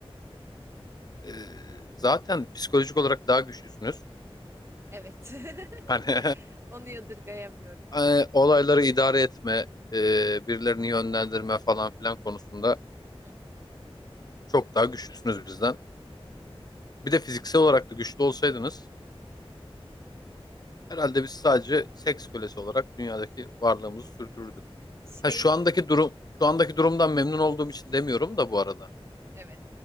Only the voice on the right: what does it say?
Evet.
<laughs> Onu yadırgayamıyorum.
Hı hı.
Şey
Evet.